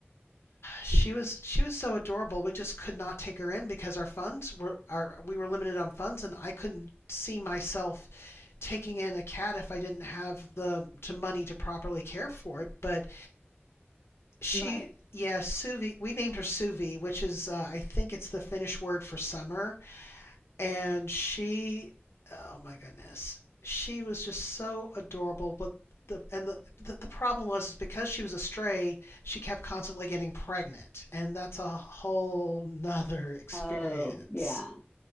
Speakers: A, on the left; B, on the left.
A: she was she was so adorable. We just could not take her in because our funds were our we were limited on funds, and I couldn't see myself taking in a cat if I didn't have the to money to properly care for it. But she.
B: Right.
A: Yeah, Suvi. We named her Suvi, which is uh, I think it's the Finnish word for summer and she oh my goodness she was just so adorable but the and the the, the problem was is because she was a stray she kept constantly getting pregnant and that's a whole nother <laughs> experience
B: Oh, yeah.